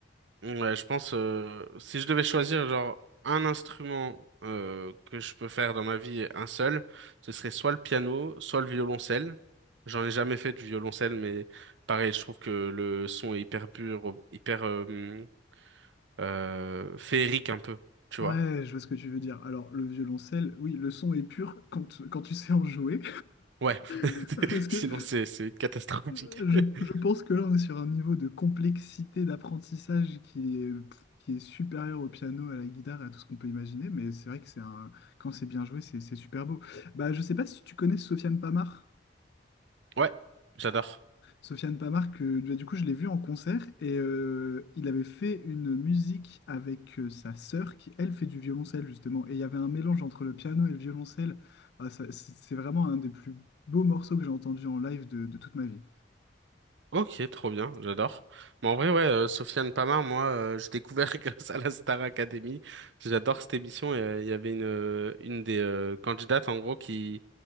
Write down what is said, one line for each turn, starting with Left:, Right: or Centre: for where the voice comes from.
Right: ouais, je pense, euh, si je devais choisir, genre, un instrument euh, que je peux faire dans ma vie, un seul, ce serait soit le piano, soit le violoncelle. J'en ai jamais fait du violoncelle, mais pareil, je trouve que le son est hyper pur, hyper euh, euh, féerique un peu. tu
Left: Ouais,
Right: vois
Left: je vois ce que tu veux dire. Alors, le violoncelle, oui, le son est pur quand, quand tu sais en jouer.
Right: Ouais, <laughs>
Left: <laughs> Parce que
Right: sinon c'est c'est catastrophique.
Left: euh, je,
Right: <laughs>
Left: je pense que là, on est sur un niveau de complexité d'apprentissage qui est, qui est supérieur au piano, à la guitare et à tout ce qu'on peut imaginer. Mais c'est vrai que c'est un, quand c'est bien joué, c'est c'est super beau. Bah, je sais pas si tu connais Sofiane Pamar.
Right: Ouais, j'adore.
Left: Sofiane Pamart, que bah, du coup je l'ai vu en concert et euh, il avait fait une musique avec euh, sa sœur qui elle fait du violoncelle justement et il y avait un mélange entre le piano et le violoncelle. Ah, ça, c'est c'est vraiment un des plus beaux morceaux que j'ai entendu en live de, de toute ma vie.
Right: Ok, trop bien, j'adore. Mais en vrai, ouais, euh, Sofiane Pamar, moi, euh, j'ai découvert <laughs> grâce à la Star Academy. J'adore cette émission. Et euh, il y avait une euh, une des euh, candidates en gros qui